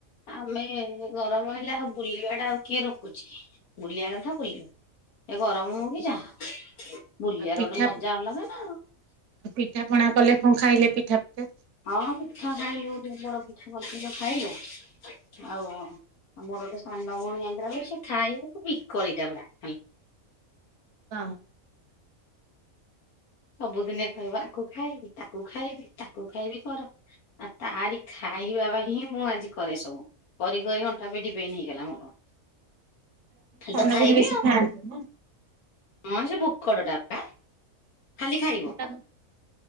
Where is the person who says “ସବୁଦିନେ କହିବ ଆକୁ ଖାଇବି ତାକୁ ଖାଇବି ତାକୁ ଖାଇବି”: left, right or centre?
Left